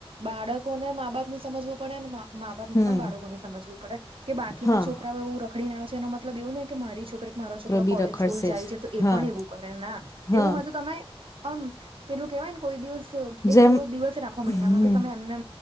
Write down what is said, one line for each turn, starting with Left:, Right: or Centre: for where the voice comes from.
Right: બાળકોને મા બાપ ને સમજવું પડે ને માં મા બાપ
Left: હમ
Right: ને પણ બાળકોને સમજવું પડે કે બાકી
Left: હા
Right: ના છોકરાઓ એવું રખડીને આવે છે એનો મતલબ એવું નઈ કે મારી છોકરી મારો છોકરો
Left: બી
Right: કોલેજ
Left: રખડશે
Right: સ્કૂલ જાય
Left: જ
Right: છે તો એ
Left: હા
Right: પણ એવું કરે ના
Left: હા
Right: એવું હોય તો તમે આમ પેલું કેવાયને કોઈ દિવસ
Left: જેમ
Right: એક એવો દિવસ રાખો મહિનામાં
Left: હમ
Right: કે તમે એમને